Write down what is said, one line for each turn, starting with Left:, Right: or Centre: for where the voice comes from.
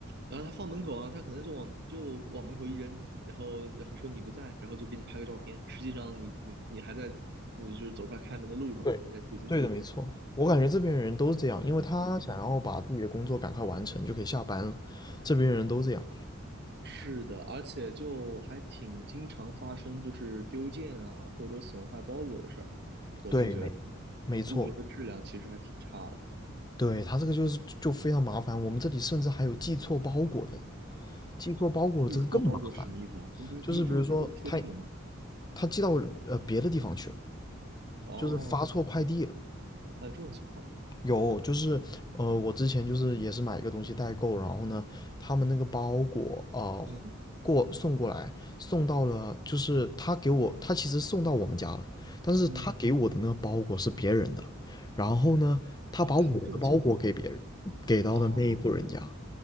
Right: 然后他放门口啊，他可能就往就往门口一扔，然后然后说你不在，然后就给你拍个照片。实际上你你你还在，嗯就是走出来开门的路上呢，
Left: 对，
Right: 人家就已经走了。
Left: 对的，没错。我感觉这边的人都是这样，因为他想要把自己的工作赶快完成，就可以下班了。这边人都这样。
Right: 是的，而且就还挺经常发生，就是丢件啊或者损坏包裹的事儿。我就觉得
Left: 对，没，没错。
Right: 物流的质量其实还挺差的。
Left: 对，他这个就是就非常麻烦。我们这里甚至还有寄错包裹的，寄错包裹的这个更麻烦。
Right: 寄错包裹是什么意思啊？这不是地址不是都是确定的吗？
Left: 就是比如说他他寄到呃别的地方去了，
Right: 哦，
Left: 就是发错快递了，
Right: 还有这种情况，
Left: 有，就是呃，我之前就是也是买一个东西代购，然后呢，他们那个包裹啊、呃
Right: 嗯
Left: 过送过来，送到了，就是他给我，他其实送到我们家了，但是他给我的那个包裹是别人的，
Right: 嗯，
Left: 然后呢，他把我的包裹给别人，
Right: 啊，还有这种情况。
Left: 给到了那一户人家，
Right: 啊。